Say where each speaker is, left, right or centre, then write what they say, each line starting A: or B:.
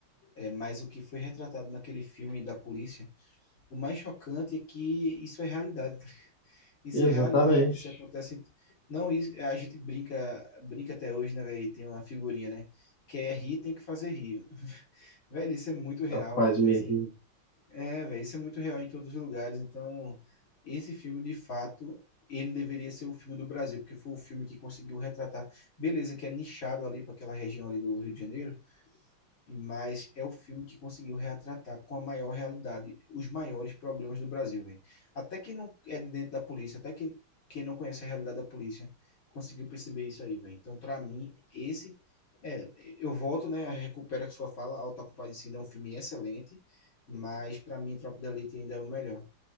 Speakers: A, on the left; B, on the left.
A: É, mas o que foi retratado naquele filme da polícia, o mais chocante é que isso é realidade. tá? Isso
B: Exatamente.
A: é realidade, isso acontece. Não, isso, a gente brinca, brinca até hoje, né, velho? Tem uma figurinha, né? Quer rir, tem que fazer rir. Velho, isso é muito real,
B: É o que Faz
A: entendeu?
B: me rir.
A: É, velho, isso é muito real em todos os lugares. Então, esse filme, de fato, ele deveria ser o filme do Brasil, porque foi o filme que conseguiu retratar. Beleza, que é nichado ali para aquela região ali do Rio de Janeiro, mas é o filme que conseguiu retratar com a maior realidade os maiores problemas do Brasil, velho. Até quem não é de dentro da polícia, até quem, quem não conhece a realidade da polícia, conseguiu perceber isso aí, velho. Então, para mim, esse é, eu volto, né, recupera a sua fala, Auto da Compadecida é um filme excelente, mas para mim Tropa de Elite ainda é o melhor.